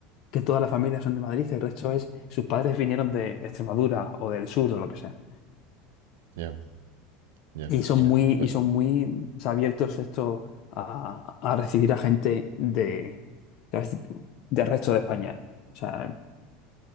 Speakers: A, on the left; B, on the right.
A: que todas las familias son de Madrid, el resto es, sus padres vinieron de Extremadura o del sur o lo que sea.
B: Ya, ya,
A: Y son
B: mira.
A: muy,
B: uy,
A: y son muy o sea, abiertos esto a, a recibir a gente de, de- del resto de España. O sea,